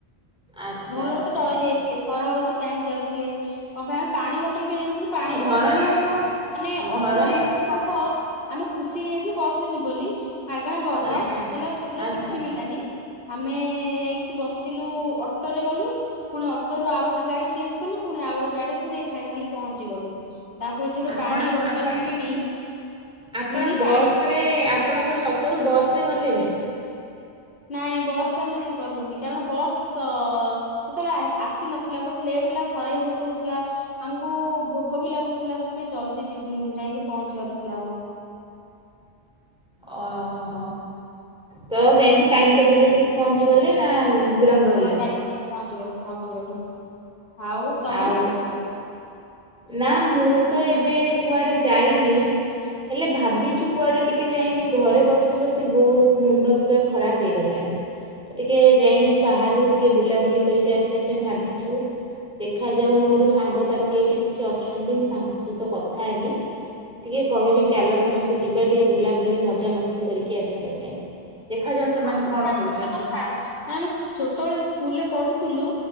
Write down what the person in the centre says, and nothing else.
ଆଚ୍ଛା
ଆଚ୍ଛା
ଘର
ଲୋକ
ଘର ଲୋକ
ତ
ଆଚ୍ଛା
ଆଚ୍ଛା
ଆପଣ
ଆପଣ
ଆପଣ
ବସ୍
ରେ ଆପଣଙ୍କ ଛକରୁ ବସ୍ ରେ ଗଲେନି?
ଓହୋ। ତ ଯାଇଁକି ଟାଇମ୍ ଟେବୁଲ୍ରେ ଠିକ୍ ପହଞ୍ଚିଗଲେ ନା? ବିଳମ୍ବ ହେଲା
ଆଉ? ନା ମୁଁ ତ ଏବେ କୁଆଡେ ଯାଇନି। ହେଲେ ଭାବିଚି କୁଆଡ଼େ ଟିକେ ଯାଇଁକି ଘରେ ବସି ବସି ବହୁତ୍ ମୁଣ୍ଡ ପୁରା ଖରାପ୍ ହେଇଗଲାଣି। ତ ଟିକେ ଯାଇଁକି ବାହାରୁ ଟିକିେ ବୁଲାବୁଲି କରିକି ଆସିଆ ପାଇଁ ଭାବିଚି। ଦେଖାଯାଉ ମୋର ସାଙ୍ଗସାଥି ଏଠି କିଛି ଅଛନ୍ତି, ମୁଁ ତାଙ୍କ ସହିତ କଥା ହେବି। ଟିକେ କହିବି ଚାଲ ସମସ୍ତେ ଯିବା ଟିକେ ବୁଲାବୁଲି ମଜାମସ୍ତି କରିକି ଆସିବା ପାଇଁ। ଦେଖାଯାଉ
ସେମାନେ କଣ
କଉଚନ୍ତି।